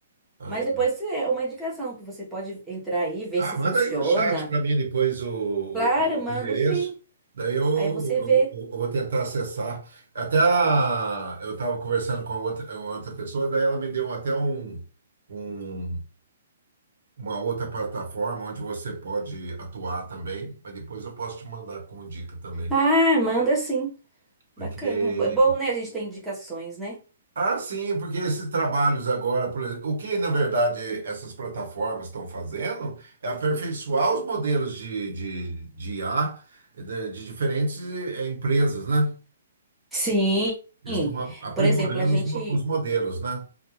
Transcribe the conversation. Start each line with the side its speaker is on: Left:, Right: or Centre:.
Right: Ah,
Centre: Mas depois é uma indicação que você pode entrar aí, ver
Right: ah,
Centre: se funciona.
Right: manda aí no chat para mim depois o,
Centre: Claro,
Right: o-
Centre: mando
Right: o endereço.
Centre: sim.
Right: Daí eu, eu-
Centre: Aí você vê.
Right: eu vou tentar acessar. Até a- eu estava conversando com a outra, uma outra pessoa, daí ela me deu até um, um- uma outra plataforma onde você pode atuar também, mas depois eu posso te mandar como dica também.
Centre: Ah, manda sim.
Right: Porque
Centre: Bacana. É bo- é bom, né? A gente tem indicações, né?
Right: Ah, sim, porque esses trabalhos agora, por exemplo, o que na verdade essas plataformas estão fazendo é aperfeiçoar os modelos de, de, de IA de, de diferentes eh, empresas, né?
Centre: Sim,
Right: Eles estão a- aprimorando
Centre: por exemplo, a gente.
Right: os, mo- os modelos, né?